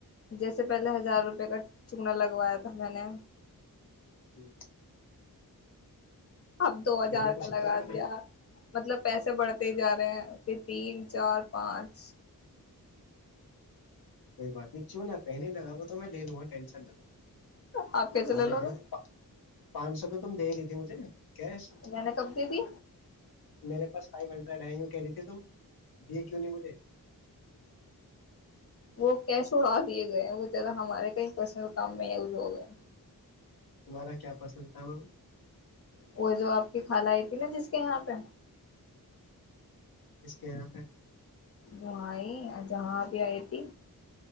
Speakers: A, on the left; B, on the left.
A: جیسے پہلے ہزار روپے کا چوگنا لگوایا تھا میں نے
B: ہوں
A: اب دو ہزار
B: میں نے کچھ
A: کا لگا
B: کرا ابھی
A: دیا
B: تک؟
A: مطلب پیسے بڑھتے ہی جا رہے ہیں پھر تین چار پانچ
B: کوئی بات نہیں چ نہا کہئی نہیں لراب تو میں لے لوں گا ٹینشن نہ دو
A: آپ کیسے
B: ہ
A: لے
B: نہیں
A: لو
B: تو
A: گے
B: پانچ سو تو تم دے رہی تھی مجھے جم ش
A: میں نے کب دے دی
B: میرے پاس فو ہڈڈ لڑائیوں کہہ رہی تھی تم دیے کیوں نہیں مجھے
A: وہ کیش ہوا دیے گئے ہیں وہ ذرا ہمارے کہیں پرسنل کام میں یز ہو گئے
B: تمہارا کیا پسند تھا م
A: وہ جو آپ کی خال آئی تھی نا جس کے یہاں پہ
B: کس کے یہاں پہ
A: وہاںئی جہاں بھی آئی تھی